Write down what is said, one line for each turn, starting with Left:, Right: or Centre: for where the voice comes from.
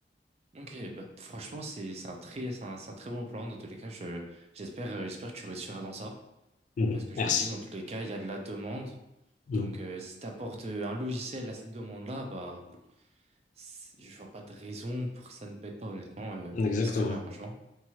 Right: Ok, bah, franchement, c'est c'est un très, c'est un, c'est un très bon plan. Dans tous les cas, je, j'espère, euh, j'espère que tu réussiras dans ça.
Left: Mhm.
Right: Parce que je
Left: Merci.
Right: me dis, dans tous les cas, il y a de la demande.
Left: Mhm.
Right: Donc, euh, si tu apportes un logiciel à cette demande-là, bah, c'est- je vois pas de raison pour que ça ne pète pas, honnêtement. Euh,
Left: Exactement.
Right: c'est très bien, franchement.